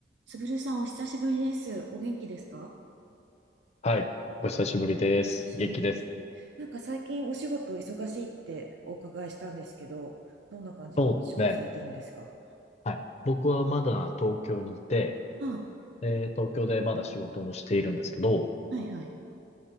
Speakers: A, on the right; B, on the left.
A: すぐるさん、お久しぶりです。お元気ですか
B: はい。お久しぶりです。
A: お久しぶりです。
B: 元気です。
A: なんか最近お仕事忙しいってお伺いしたんですけど、どんな感じの仕事されてるんですか
B: そうですね。はい。僕はまだ東京にいて、
A: は
B: え東京でまだ仕事もしているんですけど、
A: あ、はいはい。